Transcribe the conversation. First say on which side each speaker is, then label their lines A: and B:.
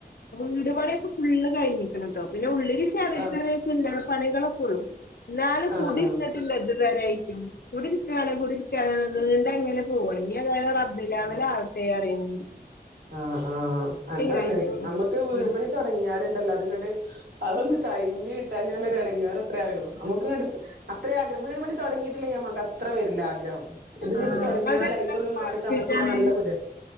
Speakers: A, on the left; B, on the right.
A: വീട് പണിയിപ്പൊ ഫുള് കഴിഞ്ഞിക്ക്ണ് ട്ടോ പിന്നെ ഉള്ളിൽ ചെറിയ
B: ആഹ്
A: ചെറിയ ചില്ലറ പണികളൊക്കെ ഉള്ളു. എന്നാലും
B: ആഹ്
A: കുടിരുന്നിട്ടില്ല
B: ആഹ്
A: ഇത് വരെയിട്ടും കുടരിക്കാണ് കുടരിക്കാണ് <unintelligible> അങ്ങനെ പോവാ ഇഞ്ഞി അതായത് അബ്ദുലാമിനെ
B: ആഹ്
A: ആർത്തെ അറിയണ്ട്.
B: ആഹ് ആഹ് അതാണ്
A: കഴിഞ്ഞ്ണ്
B: നമ്മുക്ക് വീട് പണി തുടങ്ങിയാലുണ്ടല്ലോ അതുങ്ങട്‌ അതൊന്ന കഴിഞ്ഞ് കിട്ടാഞ്ഞാലൊരെടങ്ങേറ് എത്രാറിയോ നമുക്ക്ടു അത്രെ ആഗ്ര വീട് പണി തുടങ്ങിയിട്ടില്ലെങ്കി നമക്ക് അത്ര വര ല്ല ആഗ്രഹം ഇതുങ്ങിട്ട്
A: ആഹ്
B: തുടങ്ങിയാൽ
A: അത് എത്ര
B: ഐക്കൊന്ന്
A: സ്ക്വയർ
B: മാറി താമസിക്കാൻ
A: ഫീറ്റാണ്
B: നല്ല പുതെ